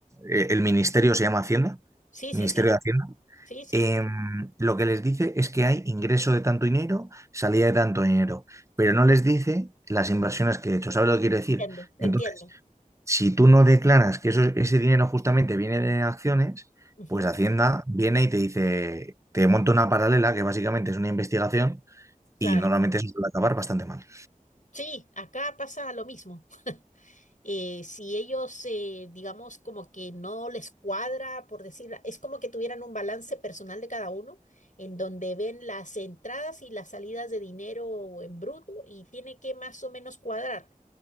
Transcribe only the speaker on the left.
Sí,
sí, sí,
sí, sí,
entiendo, entiendo.
Ujú.
Claro,
sí, acá pasa lo mismo. Eh, si ellos, eh, digamos, como que no les cuadra, por decir, es como que tuvieran un balance personal de cada uno, en donde ven las entradas y las salidas de dinero en bruto y tiene que más o menos cuadrar.